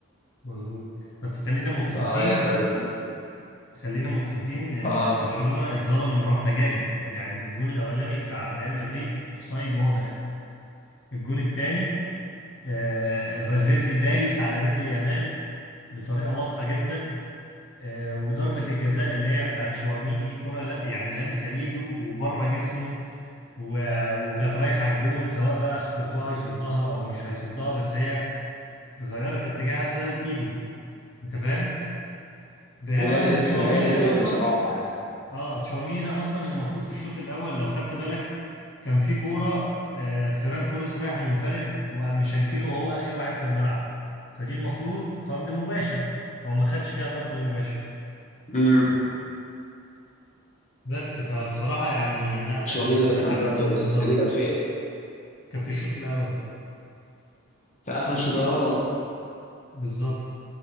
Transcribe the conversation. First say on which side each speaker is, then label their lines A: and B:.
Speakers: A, on the left; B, on the left.
A: مظبوط بس خلينا متفقين
B: فايه رايك فيه؟
A: خلينا متفقين ان
B: اه
A: برشلونة اتظلم النهارده جامد يعني الجون الاولاني بتاع ريال مدريد اوفسايد واضح الجون الثاني آه فالفيردي دايس على رجل يامال بطريقة واضحة جدا آه وضربة الجزاء اللي هي بتاعت شواميني دي كرة لا يعني لمسة ايده وبره جسمه و- وكانت رايحة الجون سواء بقى سكورتوها هيصدها او مش هيصدها بس هي غيرت اتجاهها بسبب ايده انت فاهم؟ ده غير
B: هي
A: بقى ان
B: دي
A: تشواميني
B: هي دي الفكره
A: ده اصلا
B: صراحه يعني
A: اه تشاوميني ده اصلا المفروض في الشوط الاول لو خدت بالك كان في كوره آه، فيران توريس رايح منفرد وقام مشنكله وهو اخر واحد في الملعب فدي المفروض طرد مباشر هو ما خدش فيها طرد مباشر
B: امم
A: بس فبصراحه يعني لا
B: تشاوميني ده
A: آه، انا
B: بتاع
A: حاسس
B: فران توريس
A: ان اتظلم
B: دي كانت فين؟
A: كان في الشوط الاول
B: في اخر الشوط الاول انا
A: بالظبط